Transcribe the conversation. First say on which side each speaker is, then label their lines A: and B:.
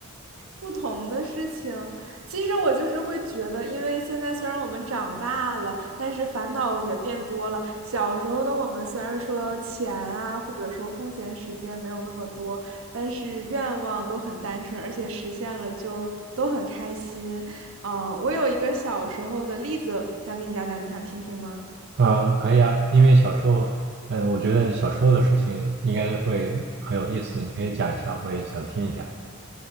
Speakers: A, on the right; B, on the right.
A: 不同的事情，其实我就是会觉得，因为现在虽然我们长大了，但是烦恼也变多了。小时候的我们虽然说钱啊，或者说空闲时间没有那么多，但是愿望都很单纯，而且实现了就都很开心。嗯，我有一个小时候的例子想给你讲讲，你想听听吗？
B: 嗯，可以啊，因为小时候，嗯、我觉得小时候的事情应该会很有意思，你可以讲一下，我也想听一下。